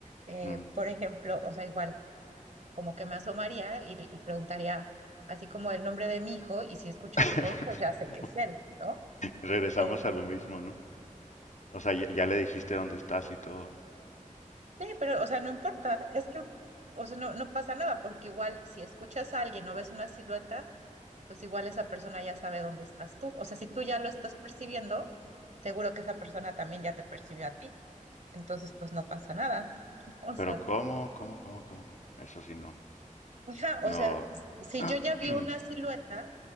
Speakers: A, on the right; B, on the left.
A: Eh,
B: Mm.
A: por ejemplo, o sea, igual como que me asomaría y, y preguntaría así como el nombre de mi hijo y si escucho
B: <laughs>
A: su voz, pues ya sé que es él, ¿no?
B: Regresamos
A: Eh,
B: a lo mismo, ¿no? O sea, ya, ya le dijiste dónde estás y todo.
A: sí, pero, o sea, no importa, es que, o sea, no, no pasa nada, porque igual si escuchas a alguien o ves una silueta, pues igual esa persona ya sabe dónde estás tú. O sea, si tú ya lo estás percibiendo, seguro que esa persona también ya te percibió a ti. Entonces, pues no pasa nada. <laughs> O sea,
B: Pero ¿cómo? ¿Cómo? ¿Cómo? ¿Cómo? ¿Cómo? Eso sí, no.
A: ajá, o
B: No,
A: sea, si yo ya vi
B: <clears throat>
A: una silueta,